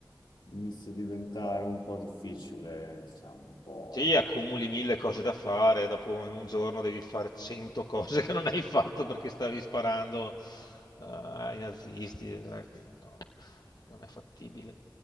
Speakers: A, on the left; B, on the left.
A: inizia a diventare un po' difficile, diciamo, un po'.
B: Sì, accumuli mille cose da fare, dopo in un giorno devi fare cento cose <laughs> che non hai fatto perché stavi sparando eh, ai nazisti. eh, che no, non è fattibile.